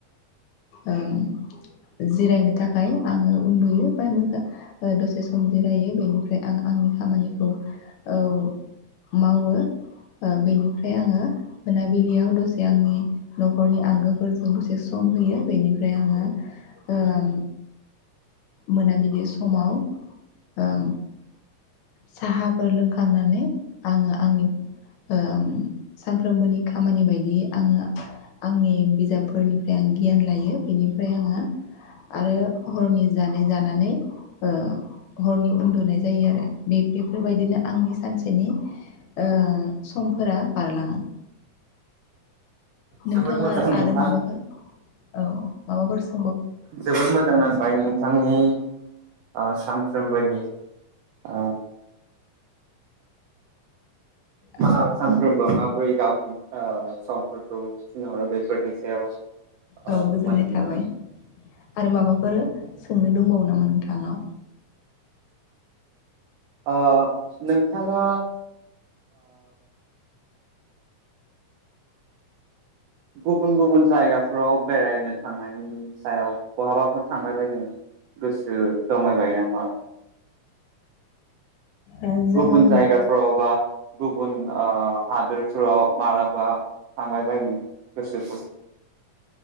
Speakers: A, on the left (about 80°); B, on the right (about 85°).
A: ओम जिरायनो थाखाय आङो उन्दुयो बा मोजां दसे सम जिरायो बेनिफ्राय आं आंनि खामानिखौ औ मावो बेनिफ्राय आङो मोनाबिलियाव दसे आंनि नखरनि आंगोफोरजों दसे सम होयो बेनिफ्राय आङो ओम मोनाबिलि समाव ओम साहाफोर लोंखांनानै आङो आंनि ओम सानफ्रोमबोनि खामानि बायदियै आङो आंनि बिजाबफोर निफ्राय आं गियान लायो बिनिफ्राय आङो आरो हरनि जानाय जानानै ओ हरनि उन्दुनाय जायो आरो। बे बेफोर बायदिनो आंनि सानसेनि ओ समफोरा बारलाङो। नोंथाङा
B: जोबोद मोजां नोंथां
A: आरो माबाफोर औ माबाफोर सों
B: जोबोद मोजां नांबाय नोंथांनि - आ सानफ्रोमबोनि ओ <unintelligible>
A: औ
B: सानफ्रोमबो माबोरै गावनि ओ समफोर <unintelligible> बेफोरनि सायाव ओ
A: औ गोजोननाय
B: मोनथिनानै
A: थाबाय आरो माबाफोर सोंनो दंबावो नामा नोंथांनाव?
B: ओ नोंथाङा गुबुन गुबुन जायगाफोराव बेरायनो थांनायनि सायाव बहाबाफोर थांबाय बायनो गोसो दंबाय बायो नामा?
A: ओ जोङो
B: गुबुन जायगाफ्राव बा गुबुन ओ हादोरफोराव मालाबा थांबाय बायनो गोसोखौ